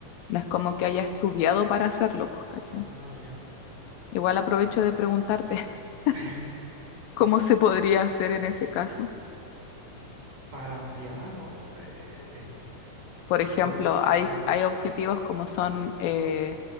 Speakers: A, on the left; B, on the right.
A: no es como que haya estudiado para hacerlo, pues, ¿cachai?
B: Ah, ya.
A: Igual aprovecho de preguntarte <laughs>
B: <laughs>
A: cómo se podría hacer en ese caso.
B: Para piano, eh,
A: Por
B: te
A: ejemplo,
B: pue-
A: hay,
B: te-
A: hay objetivos como son, eh,